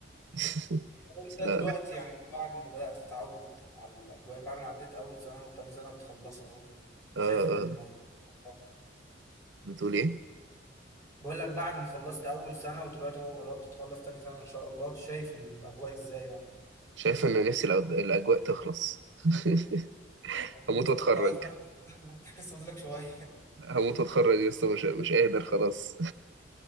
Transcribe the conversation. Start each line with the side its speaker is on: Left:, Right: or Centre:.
Right: <laughs>
Left: وانت
Right: لا
Left: دلوقتي
Right: لا
Left: يعني بعد ما بدأت تتعود على الأجواء بعد ما عديت أول سنة وتاني سنة بتخلصها أهو
Right: آه
Left: شايف إن
Right: آه.
Left: الموضوع آه.
Right: بتقول ايه
Left: بقول لك بعد ما خلصت أول سنة ودلوقتي أهو قربت تخلص تاني سنة إن شاء الله شايف إن الأجواء إزاي بقى
Right: شايف ان نفسي الأد- الاجواء تخلص <laughs>
Left: أنا
Right: هموت
Left: لسه
Right: واتخرج
Left: لسه بقى- <laughs> لسه فاضلك شوية
Right: هموت واتخرج يا اسطى مش مش قادر خلاص